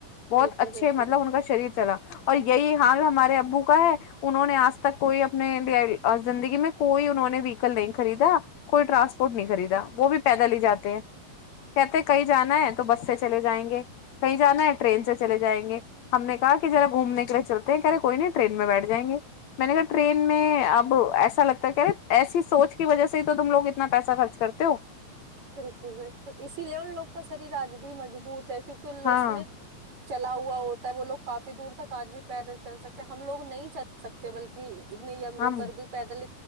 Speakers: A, on the left; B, on the right.
A: بہت
B: بالکل
A: اچھے
B: بالکل
A: مطلب ان کا شریر چلا اور یہی حال ہمارے بھکا ہے انہوں نے آج تک کوئی اپنے زندگی میں کوئی انہوں نے ویکل نہیں خریدا کوئی ٹرانسپورٹ نہیں خریدا وہ بھی پیدل ہی جاتے ہیں کہتے کہیں جانا ہے تو بس سے چلے گے کہیں جانا ہے ٹرین سے چلے جائیں گے ہم نے کہا کہ ذرا گھومنے کے لیے چلتے ہیں کہہ رہے کوئی نہیں ٹرین میں بیٹھ جائیں گے میں نے کہا ٹرین میں اب ایسا لگتا ہے کہہ رہے ایسی سوچ کی وجہ سے تو تم لوگ اتنا پیسہ خرچ کرتے ہو
B: بالکل بالکل اسی لیے ان لوگ کا شریر آج بھی مضبوط ہے کیونکہ لوگ
A: ہاں
B: نے چلا ہوا ہوتا ہے وہ لوگ کافی دور تک آدمی پیدل چل سکتے ہم لوگ نہیں چل سکتے بلکہ نی اگوں
A: ہم
B: پر بھی پیدل